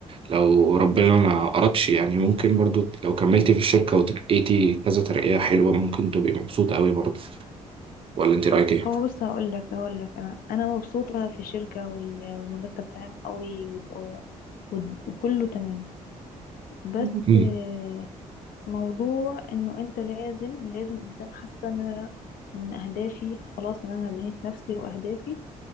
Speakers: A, on the right; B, on the left.
A: لو ربنا ما أردش يعني ممكن برضه لو كملتي في الشركة وترقيتي كذا ترقية حلوة ممكن تبقي مبسوطة قوي برضه ولا انت رايك ايه
B: هو بص هقول لك هقول لك أنا أنا مبسوطة في الشركة وال- والمرتب تمام قوي وز- و- و- وكله تمام بس
A: مم.
B: آه، موضوع إنه أنت لازم لازم إنسان حاسة إن أنا من أهدافي خلاص إن أنا بنيت نفسي وأهدافي